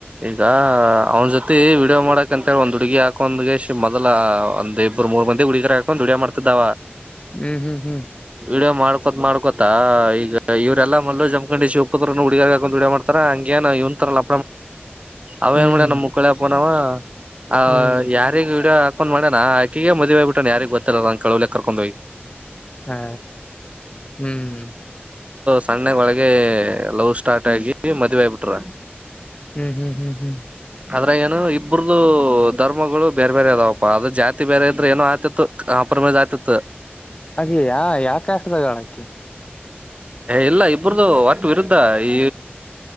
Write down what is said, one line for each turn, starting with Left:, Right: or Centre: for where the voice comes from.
Right: ಈಗ ಅವ್ನ ಜೊತಿ ವಿಡಿಯೋ ಮಾಡಕ್ಂತೇಳಿ ಒಂದ್ ಹುಡ್ಗಿ ಹಾಕೊಂದ್ಗೆ ಮೊದಲ ಒಂದ ಒರ್ ಮೂ ಮಂದಿ ಹುಗರ ಹಕೊಂಡುದುಡಿಯ ಮಾಡ್ತಿದ್ದ
Left: ಹ್ಮ್ ಹ್ಮ್ ಹ್ಮ್
Right: ವಿಡಿಯೋ ಮಾಡ್ಕೊತ್ ಮಾಡ್ಕೊತ ಈಗ ಇವ್ರಲ್ಲ ಮಲ್ಲ ಜಮಖಂಡಿ ಶಿವಪತ್ರ ಹುಗ ಹಾಕೊಂಡ್ ವಡೋ ಮಾಡ್ತಾರ ಹಂಗೆ ಇವಂರಲ್ಲ ಅವನ್
Left: ಹ್ಮ್
Right: ಕಡ ನ ಮುಕ್ಕಳೆಯಾ ಪೋನಾವ ಆ
Left: ಹ್ಮ್
Right: ಯಾರಿಗೆ ವಿಡಿಯೋ ಹಾಕೊಂಡ್ ಮಾಡಣನಾ ಆಕಿಗೆಗ ಮದ್ೆ ಆಗ್ಬ ಬಿಟ್ಟಾನನ್ ಯಾರಿಗ್ ಗೊತ್ತಿಲ್ಲಲ್ಲ ನ ಕಳವಿಲಿ ಕರ್ಕೊಂಡ್ ಹೋಗಿ
Left: ಹಾ ಹ್ಮ್
Right: ಸಣ್ಣಕ್ ಒಳಗೆ ಲವ್ ಸ್ಟಾರ್ಟ್ ಆಗಿ ಮದ್ವೆೆಯಬಿಟ್ರ
Left: ಹ್ಮ್ ಹ್ಮ್ ಹ್ಮ್ ಹ್ಮ್
Right: ಆದದ್ರೆ ಏನು ಇಬ್ಬರದು ಧರ್ಮಗಳು ಬೇರೆ ಬೇರೆ ಅದಾವಪ್ಪ ಅದ ಜಾತಿ ಬೇರೆ ಇದ್ರೆ ಏನೋ ಆತಿತ್ತು. ಅ ಪ್ರಮೇದಾತ್ತ್.
Left: ಅದೆ ಯಾ ಯಾವ ಕಷ್ಟದಾಗಳಕಿ.
Right: ಇಲ್ಲ ಇಬರದು ಒಟ್ ವಿರುದ್ಧ ಈ